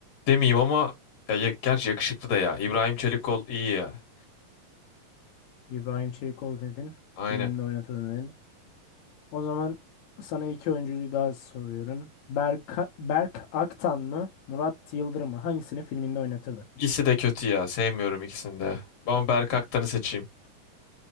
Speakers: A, on the left; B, on the left.
A: demeyeyim ama ya, ya- gerçi yakışıklı da ya. İbrahim Çelikkol iyi ya.
B: İbrahim Çelikoğlu dedin,
A: Aynen.
B: filminde oynatırdın dedin. O zaman sana iki oyuncuyu daha soruyorum. Berk, Berk Aktan mı, Murat Yıldırım mı? Hangisini filminde oynatırdın?
A: İkisi de kötü ya. Sevmiyorum ikisini de. Ben Berk Aktan'ı seçeyim.